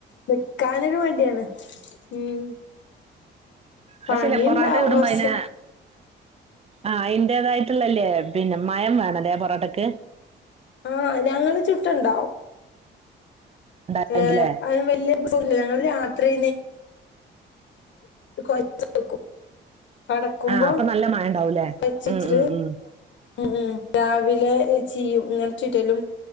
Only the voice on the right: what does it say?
പക്ഷേല്ല
പൊറോട്ട ഇടുമ്പോ
അയിന് ആ അതിന്റേതായിട്ടുള്ളല്ലേ പിന്നെ മയം വേണതെ പൊറോട്ടക്ക്
ഉണ്ടാക്കണ്ട്ല്ലേ
ആഹ് അപ്പൊ നല്ല മഴ ഉണ്ടാവൂലേ
ഉം ഉം ഉം